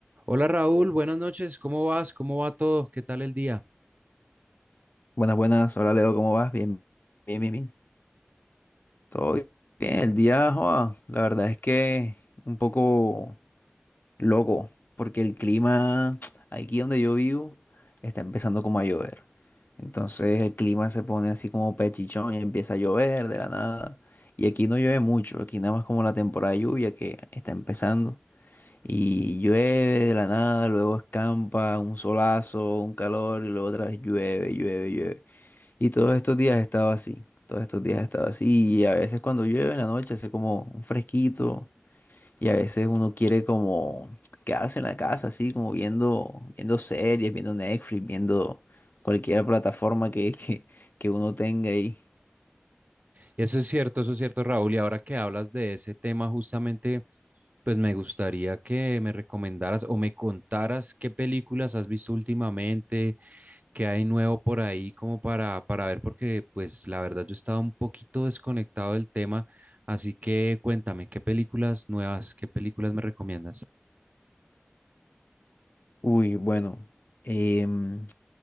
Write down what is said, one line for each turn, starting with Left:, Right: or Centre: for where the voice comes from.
Right: Hola Raúl, buenas noches, ¿cómo vas? ¿Cómo va todo? ¿Qué tal el día?
Left: Buenas, buenas. Hola Leo, ¿cómo vas? Bien, bien, bien, bien. Todo bien. El día, joa, la verdad es que un poco loco, porque el clima <tsk> aquí donde yo vivo está empezando como a llover. Entonces el clima se pone así como pechichón y empieza a llover de la nada. Y aquí no llueve mucho, aquí nada más como la temporada de lluvia que está empezando. Y llueve de la nada, luego escampa, un solazo, un calor y luego otra vez llueve, llueve, llueve. Y todos estos días he estado así, todos estos días he estado así. Y a veces cuando llueve en la noche hace como un fresquito y a veces uno quiere como quedarse en la casa, así como viendo, viendo series, viendo Netflix, viendo cualquier plataforma que, que, que uno tenga ahí.
Right: Eso es cierto, eso es cierto Raúl, y ahora que hablas de ese tema justamente, pues me gustaría que me recomendaras o me contaras qué películas has visto últimamente, qué hay nuevo por ahí como para, para ver, porque pues la verdad yo estaba un poquito desconectado del tema, así que cuéntame, ¿qué películas nuevas, qué películas me recomiendas?
Left: Uy, bueno, em,